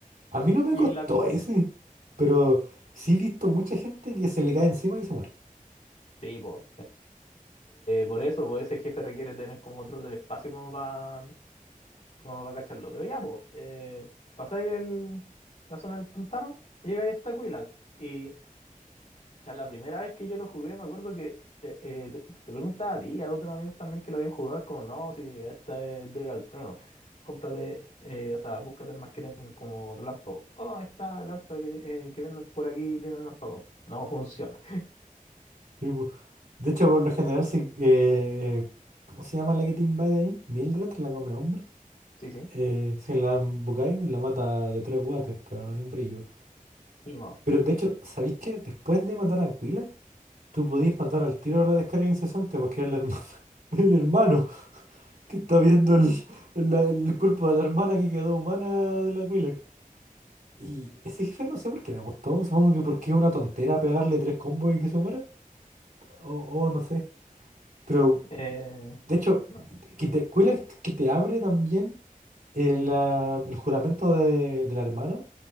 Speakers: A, on the right; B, on the left.
A: A mí no me
B: y
A: costó
B: la,
A: ese, pero sí he visto mucha gente que se le cae encima y se muere.
B: Sí, pues, por eso, pues ese jefe requiere tener como control del espacio como para como pa cacharlo. Pero ya, pues, eh, pasáis el, la zona del pantano, llegáis hasta Quilac. Y ya la primera vez que yo lo jugué, me acuerdo que eh, eh, te, te preguntaba a ti y a otros amigos también que lo habían jugado, es como, no, si esta es de Galtrono. Cómprate, eh, o sea, búscate más que tengan como relámpago. Oh, esta lanza que, eh, que venden por aquí tiene relámpago. No funciona.
A: Sí, po. De hecho, por lo general, se, eh, eh, ¿cómo se llama la que te invade ahí? Mildred, la come hombre.
B: Sí, sí,
A: Eh, si la embocáis, la mata de tres guates, pero no tiene un brillo.
B: el
A: Pero de hecho, ¿sabéis que Después de matar a Aquila, tú podéis matar al tiro a la descarga incesante porque era el hermano. <laughs> El hermano que está viendo el, el- el cuerpo de la hermana que quedó humana de la Aquila. Y ese jefe no sé por qué me gustó. Supongo que porque es una tontera pegarle tres combos y que se muera. O, o no sé. Pero,
B: Eh,
A: de hecho,
B: no.
A: que te, cuela que te abre también el, ah, el juramento de, de la hermana,